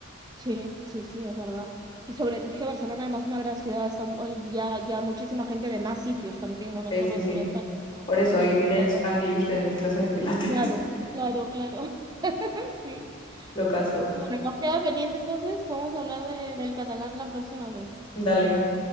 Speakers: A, on the right; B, on the left.
A: Sí, sí, sí, es verdad. Y sobre es que Barcelona, además, es una gran ciudad, está, mu- hay ya, ya muchísima gente de más sitios también, ¿no? No
B: Sí,
A: solo
B: sí, sí.
A: de fuera de España, sino
B: Por eso
A: de,
B: ahí
A: fu-
B: viene
A: perdón.
B: el Spanglish de mis clases de pilates.
A: Claro,
B: <laughs>
A: claro, claro. <laughs> Sí.
B: Lo caso.
A: Bueno, nos queda pendiente entonces, podemos hablar de- del catalán la próxima vez
B: Dale,